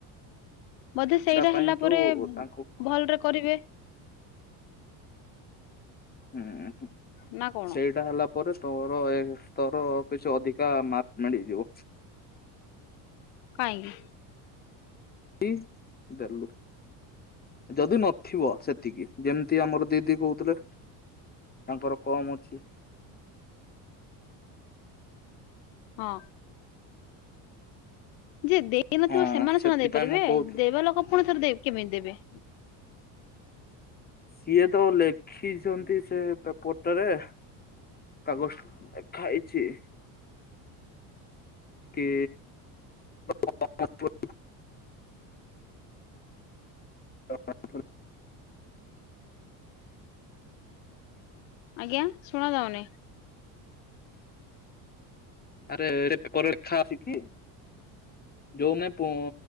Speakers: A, on the left; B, on the left.
A: ବୋଧେ ସେଇଟା
B: ପାଇଁ
A: ହେଲା
B: ତୁ
A: ପରେ।
B: ତାଙ୍କୁ
A: ଭଲରେ କରିବେ।
B: ହୁଁ ହୁଁ।
A: ନା କଣ
B: ସେଇଟା ହେଲା ପରେ ତୋର। ଏ ସ୍ତର କିଛି ଅଧିକା ମାର୍କ ମିଳିଯିବ।
A: କାହିଁକି?
B: କି ଦେଲୁ? ଯଦି ନଥିବ ସେତିକି। ଯେମିତି ଆମର ଦିଦି କହୁଥିଲେ। ତାଙ୍କର କମ୍ ଅଛି।
A: ହଁ। ଯେ ଦେ ଦେଇ ନଥିବ
B: ହଁ
A: ସେମାନେ
B: ସେଥିପାଇଁ
A: ସିନା ଦେଇପାରିବେ
B: ମୁଁ କହୁଥିଲି
A: ଦେବା ଲୋକ ପୁଣି ଥରେ କେମିତି ଦେବେ?
B: ସିଏ ତ ଲେଖିଛନ୍ତି ସେ ପ ପଟ ରେ। କାଗଜ ନେଖାହେଇଛି। କି? <unintelligible> <unintelligible>
A: ଆଜ୍ଞା ଶୁଣା ଯାଉନି?
B: ଆରେ ଆରେ ପେପରେ ଲେଖା ଅଛି କି? ଯୋଉନାଏ ପଁ